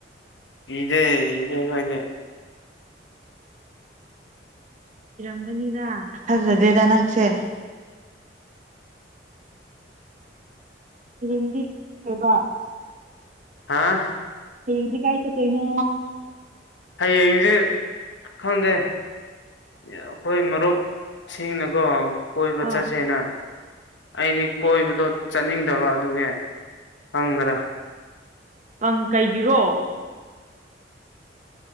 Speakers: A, on the left (about 85°); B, on the right (about 40°).
A: ꯏꯗꯦ ꯏꯍꯦ ꯈꯣꯏꯅꯦ
B: ꯏꯔꯝꯒꯅꯤꯗ ꯐꯥꯖꯗꯦꯗ ꯅꯪꯁꯦ ꯍꯌꯦꯡꯗꯤ ꯀꯩꯕ
A: ꯍꯥꯥ
B: ꯍꯌꯦꯡꯗꯤ ꯀꯥꯏ ꯆꯠꯇꯣꯏꯅꯣ
A: ꯍꯌꯦꯡꯁꯦ ꯈꯪꯗꯦ ꯑꯩꯈꯣꯏ ꯃꯔꯨꯞꯁꯤꯡꯅꯀꯣ ꯀꯣꯏꯕ
B: ꯍꯣꯏ
A: ꯆꯠꯁꯦꯅ ꯑꯩꯗꯤ ꯀꯣꯏꯕꯗꯣ ꯆꯠꯅꯤꯡꯗꯕ ꯑꯗꯨꯒꯤ ꯈꯪꯗꯔꯦ
B: ꯀꯪ ꯀꯩꯒꯤꯔꯣ